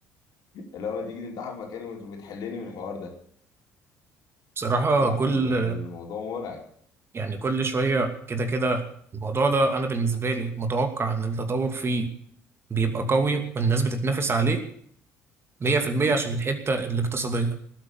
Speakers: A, on the left; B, on the right.
A: اللي هو ما تيجي تمتحن مكاني وت- وتحلني من الحوار ده
B: بصراحة
A: لا
B: كل
A: ال- الموضوع مرعب
B: يعني كل شوية كده كده الموضوع ده أنا بالنسبة لي متوقع إن التطور فيه بيبقى قوي والناس بتتنافس عليه 100% عشان الحتة الاقتصادية